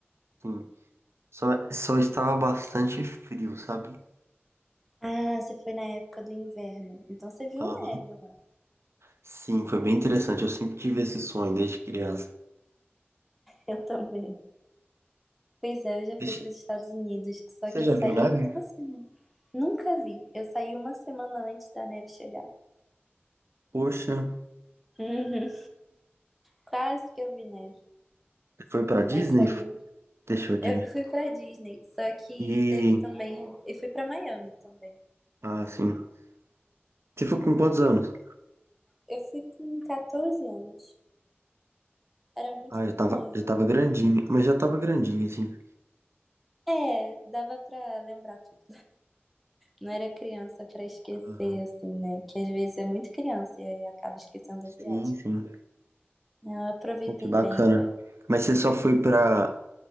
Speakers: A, on the right (about 80°); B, in the centre.
A: Sim. Só, só estava bastante frio, sabe?
B: Ah, você foi na época do inverno. Então, você viu
A: Aham.
B: neve lá.
A: Sim, foi bem interessante. Eu sempre tive esse sonho desde criança.
B: Eu também. Pois é, eu já fui
A: Deixa-
B: para os Estados Unidos, só
A: Você
B: que
A: já
B: eu saí
A: viu neve?
B: uma semana. Nunca vi. Eu saí uma semana antes da neve chegar.
A: Poxa,
B: Uhum. Quase que eu vi neve,
A: você foi pra Disney?
B: mas saiu.
A: Deixou de
B: Eu
A: ver.
B: fui para Disney, só que
A: E,
B: teve também. Eu fui para Miami também.
A: ah, sim. Você foi com quantos anos?
B: Eu fui com 14 anos. Era muito
A: Ah, já tava,
B: novo.
A: já tava grandinho, mas já tava grandinho, assim.
B: É, dava pra lembrar tudo. Não era criança pra esquecer,
A: Aham.
B: assim, né? Que às vezes é muito criança e aí acaba esquecendo
A: Sim,
B: a viagem.
A: sim.
B: Eu aproveitei
A: Pô, que bacana.
B: bem, foi
A: Mas você só foi pra